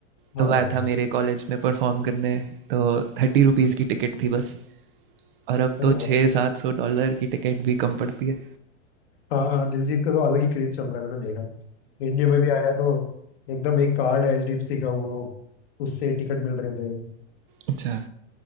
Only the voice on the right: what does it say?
तो वह
था मेरे कॉलेज में परफॉर्म करने तो थर्टी रुपीज़ की टिकट थी बस और अब
तो
छः सात सौ डॉलर की टिकट भी कम पड़ती है
अच्छा